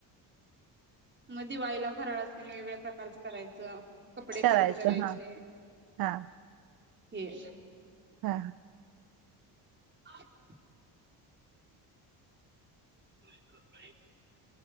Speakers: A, on the right (about 25°); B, on the right (about 55°).
A: मग दिवाळीला फराळ असते आणि वेगवेगळ्या प्रकारचं करायचं. कपडे
B: करायचं
A: खरेदी करायचे
B: हा हा हा
A: हे.
B: हा
A: <unintelligible> <unintelligible>